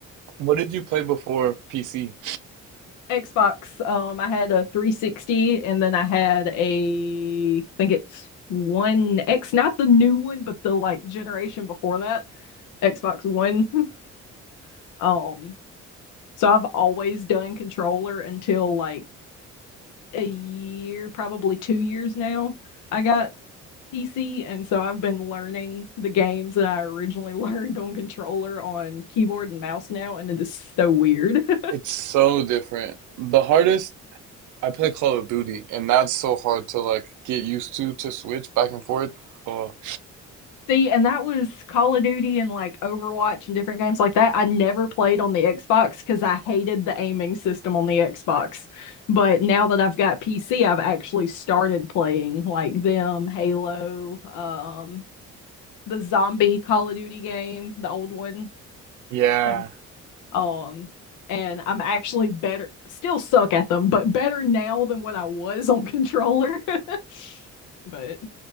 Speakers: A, on the right; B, on the left.
A: what did you play before PC?
B: Xbox. Um, I had a 360, and then I had a, I think it's One X, not the new one, but the like generation before that, Xbox One. <laughs> Um, so I've always done controller until like a year, probably two years now. I got PC, and so I've been learning the games that I originally <laughs> learned on controller on keyboard and mouse now, and it is so weird. <laughs>
A: It's so different. The hardest, I play Call of Duty, and that's so hard to like get used to to switch back and forth. Oh,
B: See, and that was Call of Duty and like Overwatch and different games like that. I never played on the Xbox because I hated the aiming system on the Xbox. But now that I've got PC, I've actually started playing like them, Halo, um, the zombie Call of Duty game, the old one.
A: yeah.
B: Thank- Um, and I'm actually better, still suck at them, but better now than what I was on <laughs> controller. <laughs> But